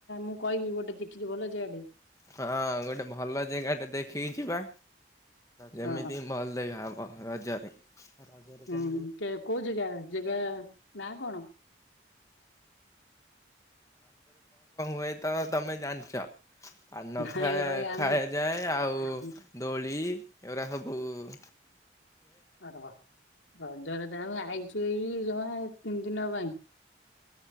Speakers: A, on the left; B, on the left.
A: ମୁଁ କହିବି ଗୋଟେ ଦେଖଛିି ଭଲ ଜାଗା ଟେ।
B: ହଁ ଗୋଟେ ଭଲ ଜେଗା ଟେ ଦେଖିକି ଯିବା। ଯେମିତି
A: ହଁ
B: ଭଲ ଦେଖାହବ ରଜରେ। <inaudible> ରଜରେ
A: ହୁଁ
B: କଣ କଣ
A: କେ କୋଉ ଜାଗା ଜାଗା ନା କଣ?
B: ହୁଏ ତ ତମେ ଜାଣିଛ? ପାନ
A: ନାଇଁ
B: ଖୁଆ
A: ଭାଇ ଆମେ
B: ଖୁଆଯାଏ ଆଉ
A: ଆମେ
B: ଦୋଳି ଏଗୁରା ସବୁ ଉଁ
A: ହ ରଜରେ ତ ଆମେ ଆଇଛୁ ଏଇ ଜମା ତିନି ଦିନ ପାଇଁ।